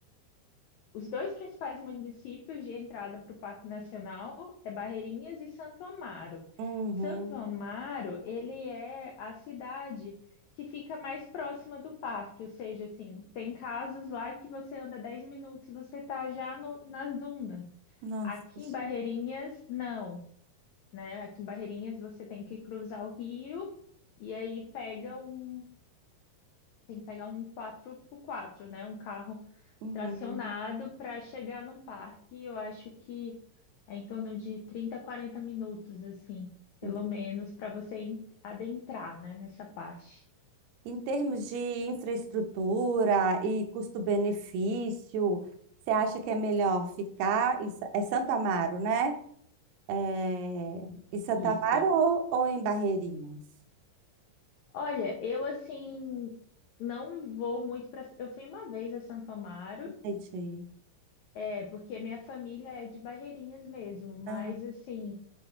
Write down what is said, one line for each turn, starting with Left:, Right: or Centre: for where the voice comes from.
Left: Os dois principais municípios de entrada para o Parque Nacional é Barreirinhas e Santo Amaro.
Right: Uhum.
Left: Santo Amaro, ele é a cidade que fica mais próxima do parque, ou seja, assim, tem casas lá que você anda 10 minutos, você está já no- nas dunas.
Right: Nossa,
Left: Aqui
Right: gente.
Left: em Barreirinhas, não, né? Aqui em Barreirinhas você tem que cruzar o rio e aí pega um, tem que pegar um 4x4, né? Um carro
Right: Uhum.
Left: tracionado para chegar no parque, eu acho que é em torno de 30, 40 minutos, assim, pelo
Right: Ent-
Left: menos, para você en- adentrar, né, nessa parte.
Right: Em termos de infraestrutura e custo-benefício, você acha que é melhor ficar em, Sa- é Santo Amaro, né? É, em Santo
Left: Isso.
Right: Amaro ou, ou em Barreirinhas?
Left: Olha, eu assim não vou muito para. Eu fui uma vez a Santo Amaro,
Right: Entendi.
Left: é porque minha família é de Barreirinhas mesmo, mas
Right: Aham.
Left: assim.